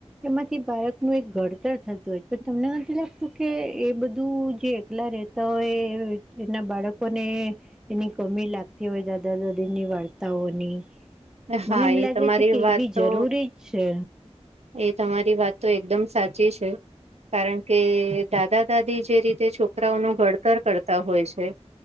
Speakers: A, in the centre; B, on the right.
A: એમાંથી બાળકનું એક ઘડતર થતું હોય, તો તમને નથી લાગ તો કે એ બધું જે એકલા રહેતા હોય એના બાળકોને એની કમી લાગતી હોય દાદા દાદીની વાર્તાઓની. મને
B: હા
A: એમ
B: એ
A: લાગે
B: તમારી
A: છે કે
B: વાત
A: એ બી જરૂરી
B: તો
A: જ છે.
B: એ તમારી વાત તો એકદમ સાચી છે કારણ કે દાદા દાદી જે રીતે છોકરાઓનું ઘડતર કરતા હોય છે